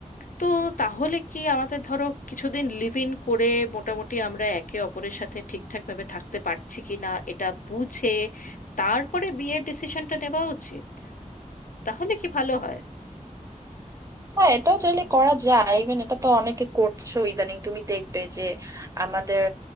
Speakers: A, on the left; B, on the right.
A: তো তাহলে কি আমাদের ধরো কিছুদিন লিভ ইন করে মোটামুটি আমরা একে অপরের সাথে ঠিকঠাকভাবে থাকতে পারছি কি না এটা বুঝে তারপরে বিয়ের ডিসিশনটা নেওয়া উচিত তাহলে কি ভালো হয়
B: না এটা চাইলে করা যায় ইভেন এটা তো অনেকে করছে ইদানিং তুমি দেখবে যে আমাদের